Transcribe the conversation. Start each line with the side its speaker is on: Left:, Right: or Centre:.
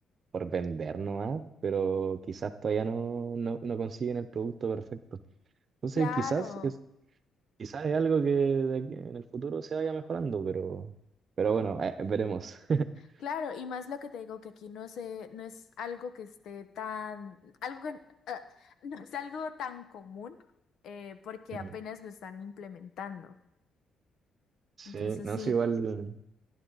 Right: por vender nomás, pero quizás todavía no, no, no consiguen el producto perfecto. Entonces,
Left: Claro.
Right: quizás es, quizás es algo que de aquí- en el futuro se vaya mejorando, pero, pero bueno, eh, veremos. <laughs>
Left: Claro, y más lo que te digo que aquí no sé, no es algo que esté tan, algo que ah, no es algo tan común, eh, porque
Right: Mm.
Left: apenas lo están implementando.
Right: Sí,
Left: Entonces
Right: no
Left: sí,
Right: sé, igual.